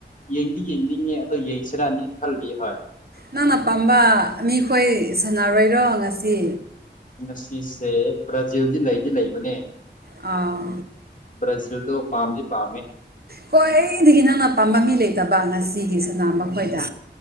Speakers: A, on the left (about 45°); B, on the right (about 55°).
A: ꯌꯦꯡꯗꯤ ꯌꯦꯡꯅꯤꯡꯉꯦ ꯑꯗꯣ ꯌꯦꯡꯁꯤꯔꯅꯤ ꯈꯜꯂꯤ ꯍꯣꯏ
B: ꯅꯪꯅ ꯄꯥꯝꯕ ꯃꯤꯈꯣꯏ ꯁꯥꯟꯅꯔꯣꯏꯔꯣ ꯉꯁꯤ
A: ꯉꯁꯤꯁꯦ ꯕ꯭ꯔꯥꯖꯤꯜꯗꯤ ꯂꯩꯗꯤ ꯂꯩꯕꯅꯦ
B: ꯑꯥ
A: ꯭ꯔꯥꯖꯤꯜꯗ ꯄꯥꯝ ꯄ
B: ꯈ꯭ꯋꯥꯏꯗꯒꯤ ꯅꯪꯅ ꯄꯥꯝꯕ ꯃꯤ ꯂꯩꯇꯕ ꯉꯁꯤꯒꯤ ꯁꯅꯥꯝ ꯃꯈꯣꯏꯗ